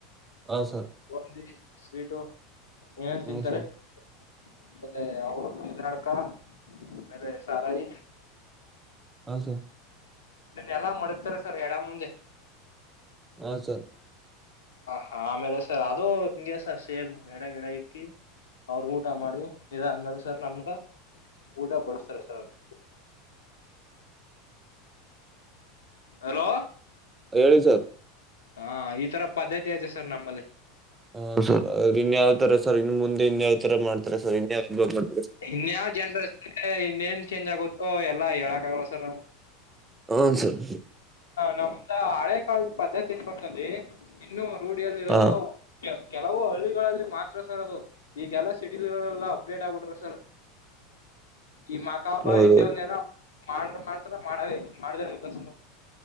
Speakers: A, on the right; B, on the left.
A: ಹಾ ಸರ್
B: ಒಂದಿ. ಸ್ವೀಟು ಏನೇನ್
A: ಹಾ
B: ತಿಂತಾರೆ
A: ಸರ್
B: ಆಮೇಲೆ ಅವರು ಮೀನಾಡ್ಕ ಆಮೇಲೆ ಸಾರಾಯಿ.
A: ಹೌ ಸರ್.
B: ಎಲ್ಲಾ ಮಡಗ್ತಾರೆ ಸರ್ ಎಡ ಮುಂದೆ.
A: ಹ ಸರ್.
B: ಹಾ ಆಮೇಲೆ ಸರ್ ಅದು ಹಿಂಗಗೆ ಸರ್ ಸೇಮ್ ಎಡ ಗಿಡ ಇಕ್ಕಿ ಅವರು ಊಟ ಮಾಡಿ ಇದ ಅಂದ್ಮ್ರ ಸರ್ ನಮ್ಗ ಊಟ ಬಡಸ್ತಾರೆ ಸರ್ ಅವರು ಹಲೋ
A: ಹೇಳಿ ಸರ್
B: ಹಾ ಈ ತರ ಪದ್ಧತಿ ಐತೆ ಸರ್ ನಮ್ಮಲ್ಲಿ
A: ಹಾ ಸರ್ ಇನ್ ಯಾವ್ ತರ ಸರ್ ಇನ್ ಮುಂದೆ ಇನ್ಯಾವ ತರ ಮಾಡ್ತಾರೆ ಸರ್ ಇನ್ವ್ದ್ತ
B: ಇನ್ಯಾವ ಜನ್ರೇಷನ್ಗೆ ಇನ್ನೇನ್ ಚೇಂಜ್ ಆಗುತ್ತೋ ಎಲ್ಲಾ ಹೇಳಕ್ಗಲ್ಲ ಸರ್ ನಾವು
A: ಹಾ ಸರ್
B: ನಮ್ದ ಹಳೆ ಕ ಪದ್ಧತಿನ್ಕಟ್ನ್ಲ್ಲಿಇನ್ನು ರೂಢಿಯಲ್ಲಿ ಇರೋದು
A: ಹಾ
B: ಕೆಲವು ಹಳ್ಳಿಗಳಲ್ಲಿ ಮಾತ್ರ ಸರ್ ಅದು ಈಗಲ್ಲ ಸಿಟಿಲ್ಲಾ ಅಪ್ಡೇಟ್ ಆಗಬಿಟ್ರೆ ಸರ ಈ ಮಾ ಕಾಬ
A: ಹೌದೌದು
B: ಎಂರ ಮಾಡ್ರ ಮಾಡ್ತಾರ ಮಾಡ ಮಾಡದ್ರಸ್